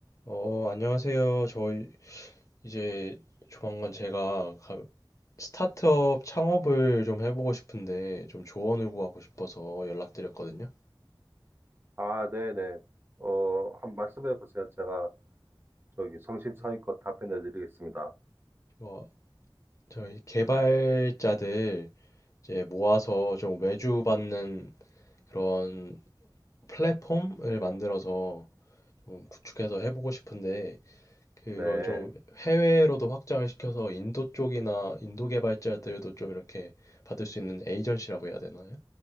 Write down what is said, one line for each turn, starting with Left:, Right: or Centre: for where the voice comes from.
Left: 어, 안녕하세요. 저 이- 이제 조만간 제가 가- 스타트업 창업을 좀 해보고 싶은데 좀 조언을 구하고 싶어서 연락드렸거든요.
Right: 아, 네네. 어, 한 말씀해 보세요. 제가 저기 성심성의껏
Left: 네.
Right: 답변해 드리겠습니다.
Left: 어, 저희 개발자들 이제 모아서 좀 외주 받는 그런 플랫폼을 만들어서 좀 구축해서 해보고 싶은데 그걸
Right: 네,
Left: 좀 해외로도 확장을 시켜서 인도 쪽이나 인도 개발자들도 좀 이렇게 받을 수 있는 에이전시라고 해야 되나요?